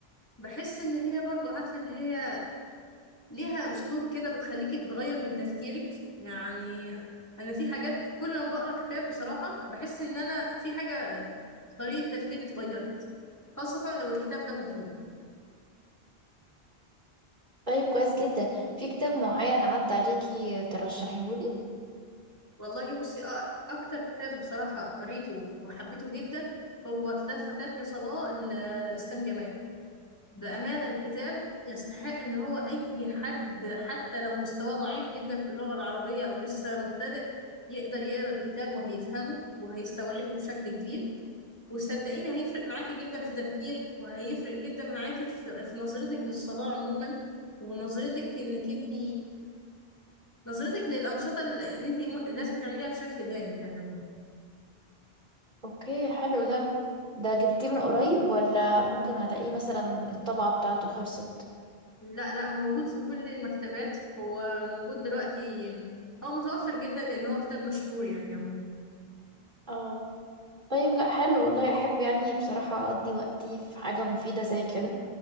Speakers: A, on the left; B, on the right.
A: بحس إن هي برضو عارفة إن هي ليها أسلوب كده بتخليكي بتغير من تفكيرك يعني أنا في حاجات كل ما بقرأ كتاب بصراحة بحس إن أنا في حاجة في طريقة تفكيري اتغيرت خاصة لو الكتاب ده مفيد
B: طيب كويس جدا في كتاب معين عدى عليكي ترشحيهولي
A: والله بصي أ- اكتر كتاب بصراحة قريته وحبيته جدا هو كتاب فاتتني صلاة لإسلام جمال بأمانة الكتاب يستحق ان هو اي حد حتى لو مستواه ضعيف جدا في اللغة العربية او لسه مبتدئ يقدر يقرأ الكتاب وهيفهمه وهيستوعبه بشكل كبير وصدقيني هيفرق معاكي جدا في تفكيرك وهيفرق جدا معاكي في في نظرتك للصلاة عموما ونظرتك انك انت نظرتك للأنشطة اللي انت م- لازم تعمليها بشكل دايم يعني
B: اوكي حلو ده ده جبتيه من قريب ولا ممكن الاقيه مثلا الطبعة بتاعته خلصت
A: لا لا موجود في كل المكتبات هو موجود دلوقتي هو متوفر جدا لأن هو كتاب مشهور يعني عموما
B: اه طيب لا حلو والله احب يعني بصراحة اقضي وقتي في حاجة مفيدة زي كده